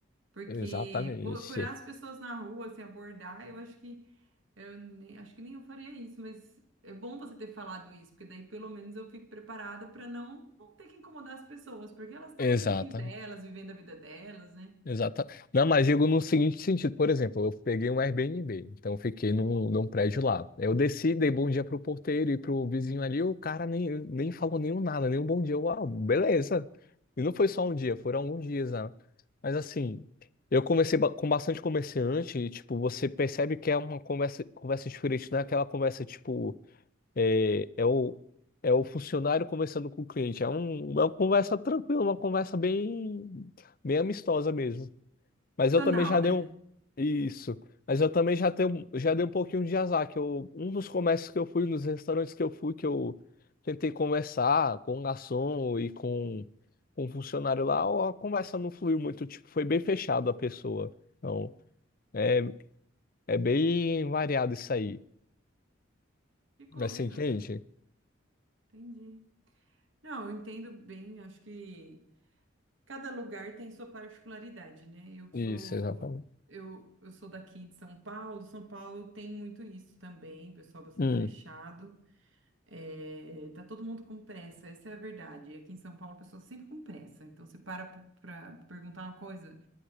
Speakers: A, on the right (about 75°); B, on the left (about 45°).
A: porque
B: exatamente.
A: procurar as pessoas na rua, se abordar, eu acho que eu nem, acho que nem eu faria isso, mas é bom você ter falado isso, porque daí pelo menos eu fico preparada para não, não ter que incomodar as pessoas, porque elas estão
B: Exata.
A: no cantinho delas, vivendo a vida delas, né?
B: Exata. Não, mas digo no seguinte sentido, por exemplo, eu peguei um Airbnb, então eu fiquei num, num prédio lá. Eu desci, dei bom dia pro porteiro e pro vizinho ali, o cara nem, nem falou nenhum nada, nenhum bom dia. Uau, beleza. E não foi só um dia, foram alguns dias, né? Mas assim, eu comecei ba- com bastante comerciante e, tipo, você percebe que é uma conversa, conversa diferente, não é aquela conversa, tipo, é, é o, é o funcionário conversando com o cliente. É um, é uma conversa tranquila, uma conversa bem, bem amistosa mesmo. Mas
A: Tonal,
B: eu também já
A: né?
B: dei um. Isso. Mas eu também já, tenho, já dei um pouquinho de azar, que eu, um dos comércios que eu fui, nos restaurantes que eu fui, que eu tentei conversar com o garçom e com, com o funcionário lá, a conversa não fluiu muito, tipo, foi bem fechado a pessoa. Então, é, é bem variado isso aí.
A: Que coisa.
B: Mas você entende?
A: Entendi. Não, eu entendo bem, acho que cada lugar tem sua particularidade, né? Eu que
B: Isso,
A: sou
B: exatamente.
A: eu, eu sou daqui de São Paulo, São Paulo tem muito isso também, pessoal bastante
B: Hum.
A: fechado. É, tá todo mundo com pressa, essa é a verdade. Aqui em São Paulo, a pessoa sempre com pressa. Então, você para para perguntar uma coisa